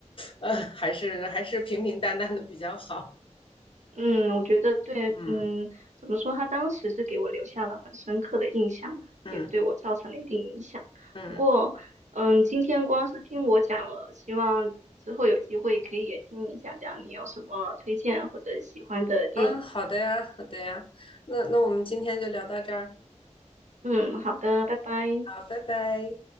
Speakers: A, on the left; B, on the right.
A: 呃，还是还是平平淡淡的比较好。
B: 嗯，我觉得对，
A: 嗯
B: 嗯，怎么说？他当时是给我留下了很深刻的印象吧，
A: 嗯
B: 也对我造成了一定影响。
A: 嗯，
B: 不过，嗯，今天光是听我讲了，希望之后有机会可以也听你讲讲你有什么推荐或者喜欢的电影。
A: 啊，好的呀，好的呀，那那我们今天就聊到这儿，
B: 嗯，好的，拜拜。
A: 好，拜拜。